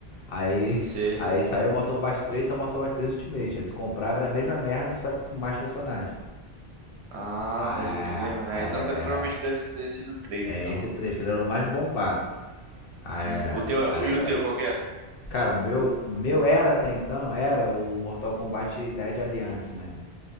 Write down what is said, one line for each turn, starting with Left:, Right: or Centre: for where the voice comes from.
Left: Aí...
Right: Sei.
Left: <laughs> Aí saiu Mortal Kombat três saiu Mortal Kombat 3 Ultimate. Aí tu comprava, era a mesma merda, só que com mais personagens.
Right: Ah,
Left: Ah,
Right: pode crer, mano. Ah,
Left: é,
Right: então te-
Left: é,
Right: provavelmente deve ter sido três,
Left: é
Right: então.
Left: é esse 3 que ele era o mais bombado. Ah,
Right: Sim.
Left: é,
Right: O teu
Left: a galera
Right: é, e o teu qual que é?
Left: Cara, o meu, o meu era até então, era o Mortal Kombat Dead Alliance, né?